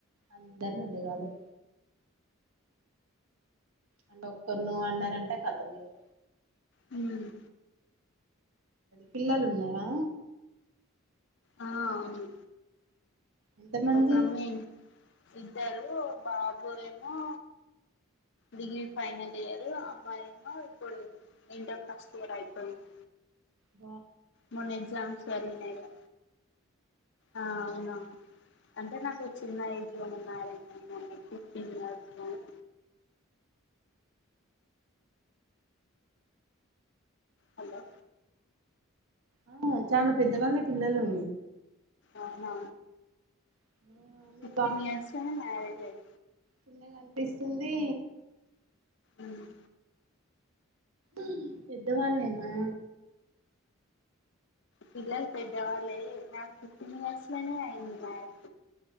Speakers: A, on the right; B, on the left.
A: అందరినడగాలే అండ్ ఒక్కరు నో అన్నారంటే కథమే ఇగ
B: హ్మ్
A: పిల్లలు ఉన్నారా?
B: ఆ అవును
A: ఎంత మంది
B: ఒకమే ఇద్దరు బాబు ఏమో డిగ్రీ ఫైనల్ ఇయర్ అమ్మాయిమో ఇప్పుడు ఇంటర్ ఫస్ట్ ఇయర్ అయిపోయింది.
A: అ <inaudible>
B: మొన్న ఎగ్జామ్స్ జరిగినాయిగా ఆ అవునా అంటే నాకు చిన్న ఏజ్ లో నే మ్యారేజ్ అయిందిన్నట్టు అండి ఫిఫ్టీన్ ఇయర్స్ లోనే హలో
A: ఆ చాలా పెద్దవాళ్ళే పిల్లలు
B: అవునా
A: మీ
B: ఫిఫ్టీన్ ఇయర్స్ అయింది మ్యారేజ్ అయి.
A: కింద కనిపిస్తుంది.
B: ఉమ్
A: ఆ పెద్దవాళ్ళేనా
B: పిల్లలు పెద్దవాళ్లుఅయ్యిరు. నాకు ఫిఫ్టీన్ ఇయర్స్ లోనే అయింది. మ్యారేజ్